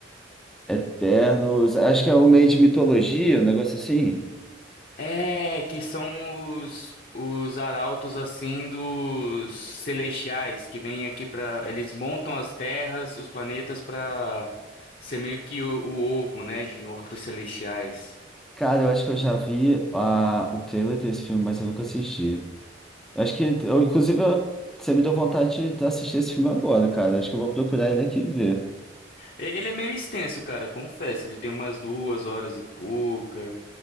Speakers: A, in the centre; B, on the left.
A: Eternos, acho que é o meio de mitologia, um negócio assim.
B: É, que são os, os arautos assim dos celestiais que vêm aqui pra. eles montam as terras, os planetas pra ser meio que o, o ovo, né, de outros celestiais.
A: Cara, eu acho que eu já vi a, o trailer desse filme, mas eu nunca assisti. Eu acho que, eu, inclusive, eu- você me deu vontade de assistir esse filme agora, cara. Acho que eu vou procurar ele aqui e ver.
B: E- Ele é meio extenso, cara, confesso, ele tem umas duas horas e pouca.